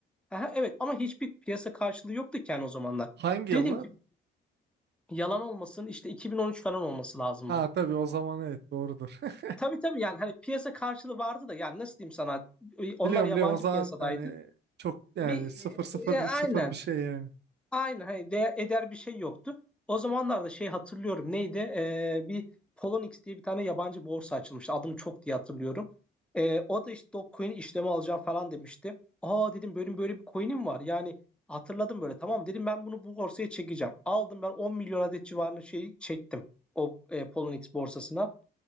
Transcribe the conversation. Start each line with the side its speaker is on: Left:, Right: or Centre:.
Centre: Aha, evet ama hiçbir piyasa karşılığı yoktu ki yani o zamanlar.
Right: Hangi
Centre: Dedim
Right: yıllar?
Centre: ki Yalan olmasın işte 2013 falan olması lazım
Right: Ha
Centre: bu.
Right: tabii o zaman evet doğrudur. <laughs>
Centre: Tabii tabii yani hani piyasa karşılığı vardı da yani nasıl diyeyim sana onlar
Right: Biliyorum
Centre: yabancı
Right: biliyorum o zaman
Centre: piyasadaydı.
Right: hani çok yani
Centre: Bir
Right: sıfır sıfır
Centre: e, e, aynen
Right: sıfır bir şey yani.
Centre: Aynı hani değer, eder bir şey yoktu. O zamanlarda şey hatırlıyorum neydi? Ee, bir Poloniex diye bir tane yabancı borsa açılmıştı. Adım çok diye hatırlıyorum. Ee, o da işte Dogecoin işlemi alacağım falan demişti. Aa dedim benim böyle bir coin'im var. Yani hatırladım böyle tamam dedim ben bunu bu borsaya çekeceğim. Aldım ben 10 milyon adet civarında şey çektim o e, Poloniex borsasına.